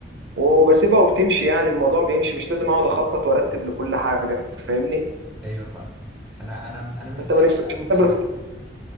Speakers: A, on the right (about 80°); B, in the centre.
A: وبسيبها وبتمشي يعني الموضوع بيمشي مش لازم اقعد اخطط وارتب لكل حاجه فاهمني
B: ايوه فاهم انا انا انا مش
A: انت
B: زيك
A: ما نفسكش
B: كده قوي بصراحه
A: تسافر في-